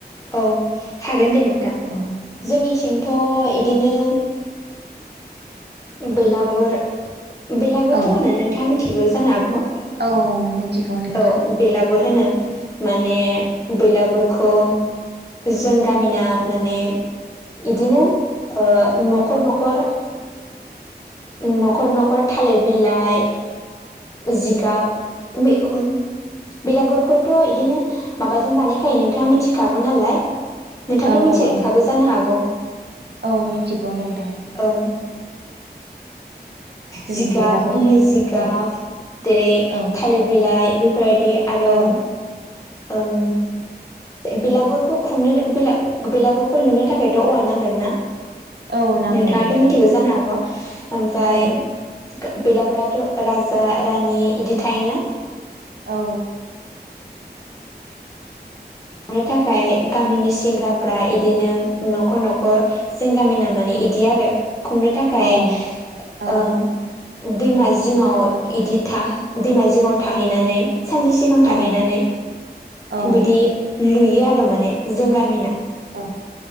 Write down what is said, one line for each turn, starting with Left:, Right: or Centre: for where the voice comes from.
Left: औ हागोन दे नोंथां
Right: औ
Left: जोंनिथिंथ' इदिनो बेलागुर बेलागुरथ'
Right: औ
Left: होनो नोंथाङा मिथिगौ जानो हागौ
Right: औ मिथिगौ नोंथां।
Left: औ बेलागुर होनो माने बैलागुरखौ जों गामिना माने इदिनो ओ न'खर
Right: औ
Left: न'खर न'खर न'खर थालिर बिलाइ जिगाब <unintelligible> बेलागुरखौथ' इदिनो माबाजों बानायखायो नोंथाङा मिथिखागौ नालाय नोंथाङाथ'
Right: औ
Left: मिथिखागौ
Right: औ
Left: जानो हागौ
Right: औ मिथिगौ नोंथां
Left: औ
Right: जों
Left: जिगाब
Right: बेलागुर
Left: जिगाब
Right: औ
Left: जेरै
Right: औ
Left: थालिर बिलाइ बेफोरबायदि आरो
Right: औ
Left: ओं बेलागुरखौ खुंनो बेलागुरखौ लुनो थाखायथ' औवा नांगोन ना
Right: औ नांगौ
Left: नोंथाङाथ'
Right: नोंथां
Left: मिथिगौ जानो हागौ फाय
Right: औ
Left: बेलागुराथ' राजा रानि इदि थायोना
Right: औ
Left: थांनो थाखाय गामिनि सेंग्राफ्रा इदिनो न'खर न'खर जों गामिना माने इदि आरो खुंनो थाखाय
Right: अ औ
Left: ओ दैमा जिङाव इदि था दैमा जिङाव थाहैनानै सानसे सि गां थाहैनानै
Right: औ औ
Left: बिदि लुयो आरो माने जों गामिना
Right: औ